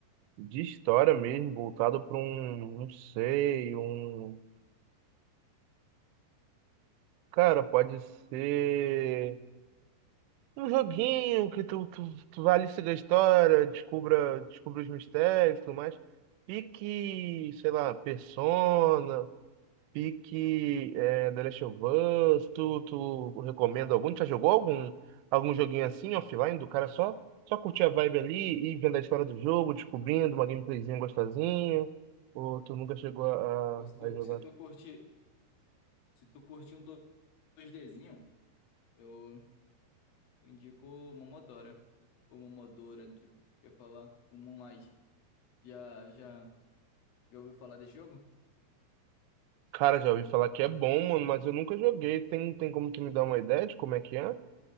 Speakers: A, on the right; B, on the left.
A: De história mesmo, voltado para um, não sei, um. Cara, pode ser um joguinho que tu, tu, tu vai ali seguir a história, descubra, descubra os mistérios e tudo mais. E que, sei lá, Persona. Pique é, The Last of Us, tu, tu recomenda algum? Tu Já jogou algum, algum joguinho assim, offline, do cara só, só curtir a vibe ali e vendo a história do jogo, descobrindo uma gameplayzinha gostosinha? Ou tu nunca chegou a,
B: Pô,
A: a,
B: se tu,
A: a jogar?
B: se tu curtir, se tu curtir um dois dzinho eu. Eu indico o Momodora. Ou Momodora, de, quer falar? O Moonlight. Já, já, já ouviu falar desse jogo?
A: Cara, já ouvi falar que é bom, mano, mas eu nunca joguei. Tem, tem como tu me dar uma ideia de como é que é?